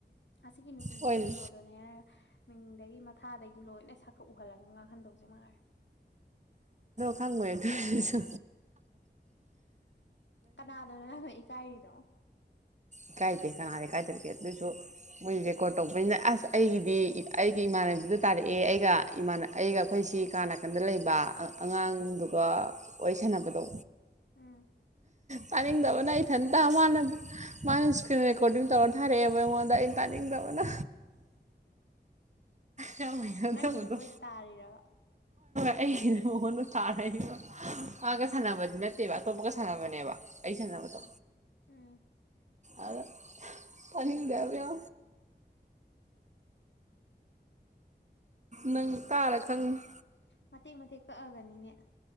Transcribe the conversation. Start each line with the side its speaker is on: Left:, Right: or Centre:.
Left: ꯑꯁꯤꯒꯤ ꯅꯨꯄꯤꯁꯦ
Right: ꯍꯣꯏꯅꯦ
Left: ꯀꯩꯅꯣꯗꯅꯦ ꯃꯤꯡꯗꯒꯤ ꯃꯊꯥꯗꯒꯤ ꯂꯣꯏꯅ ꯁꯛꯈꯛ ꯎꯍꯜꯂꯒ ꯉꯥꯡꯍꯟꯗꯧꯁꯦ ꯃꯥꯅꯔꯦ
Right: ꯈꯪꯕ ꯑꯗꯨ ꯁ
Left: ꯀꯅꯥꯗꯣꯅ ꯂꯪꯊꯏ ꯀꯥꯏꯔꯤꯗꯣ
Right: ꯏꯀꯥꯏꯗꯦ ꯀꯅꯥꯗ ꯀꯥꯏꯗꯔꯛꯒꯦ ꯑꯗꯨꯁꯨ ꯃꯣꯏ ꯔꯦꯀꯣꯔꯠ ꯇꯧꯕꯅꯤꯅ ꯑꯁ ꯑꯩꯒꯤꯗꯤ ꯑꯩꯒꯤ ꯏꯃꯥꯟꯅꯕꯤꯗ ꯇꯥꯔꯛꯑꯦ ꯑꯩꯒꯥꯟ ꯑꯩꯒ ꯑꯩꯈꯣꯏꯁꯤ ꯀ ꯅꯥꯀꯟꯗ ꯂꯩꯕ ꯑꯉꯥꯡꯗꯨꯒ ꯋꯥꯔꯤꯁꯟꯅꯅꯕꯗꯣ
Left: ꯎꯝ
Right: ꯄꯅꯤ ꯗꯕ ꯅ ꯏꯊꯟꯇ ꯃꯥꯅ ꯃꯥꯅ ꯏꯁꯀ꯭ꯔꯤꯟ ꯔꯦꯀꯣꯔꯗꯤꯡ ꯇꯧꯔ ꯊꯥꯔꯛꯑꯦꯕ ꯑꯩꯉꯣꯟꯗ ꯑꯩꯅ ꯇꯥꯅꯤꯡꯗꯕꯅ ꯌꯥꯝ ꯍꯩꯅꯗꯕꯗꯣ
Left: ꯅꯪꯒꯤꯗꯣ ꯃꯣꯏꯗ ꯇꯥꯔꯤꯔꯕ
Right: ꯑꯩ ꯍꯩꯅ ꯃꯉꯣꯟꯗ ꯊꯥꯔꯗꯣ ꯃꯥꯒ ꯁꯥꯟꯅꯕꯗꯤ ꯅꯠꯇꯦꯕ ꯑꯇꯣꯞꯄꯒ ꯁꯥꯟꯅꯕꯅꯦꯕ ꯑꯩ ꯁꯥꯟꯅꯕꯗꯣ
Left: ꯎꯝ
Right: ꯑꯗ ꯄꯅꯤꯗꯦꯕ ꯌꯥ ꯅꯪ ꯇꯥꯔ ꯈꯪꯉ
Left: ꯃꯇꯦꯛ ꯃꯇꯦꯛ ꯀꯛꯑꯒꯅꯤꯅꯦ